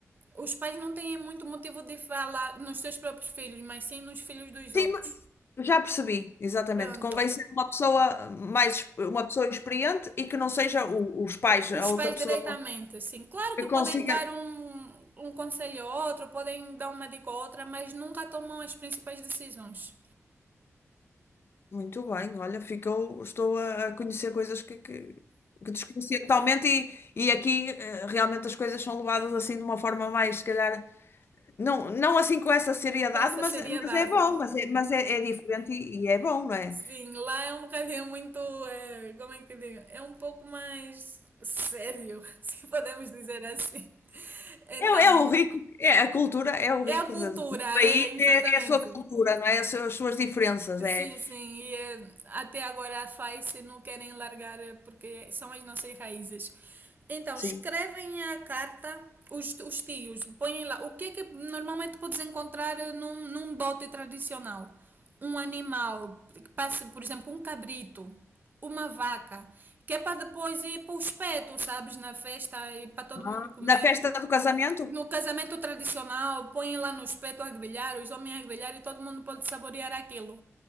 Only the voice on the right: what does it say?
Os pais não têm muito motivo de falar nos seus próprios filhos, mas sim nos filhos dos outros.
Pronto.
O-
Os
pais
diretamente, assim. Claro
que
podem dar um, um conselho a outro, podem dar uma dica a outra, mas nunca tomam as principais decisões.
Com essa
seriedade.
Sim, lá é um bocadinho muito. eh, como é que eu digo? É um pouco mais sério, <laughs> se podemos dizer assim. Então,
é a cultura,
é exatamente.
Sim,
sim, e eh, até agora a FAICE não querem largar eh, porque são as nossas raízes. Então,
escrevem a carta, os, os tios, põem lá. O que é que normalmente podes encontrar eh, num, num dote tradicional? Um animal, que passe, por exemplo, um cabrito, uma vaca, que é para depois ir para os petos, sabes, na festa e para todo mundo
comer.
No casamento tradicional, põem lá no espeto a grelhar, os homens a grelhar e todo mundo pode saborear aquilo.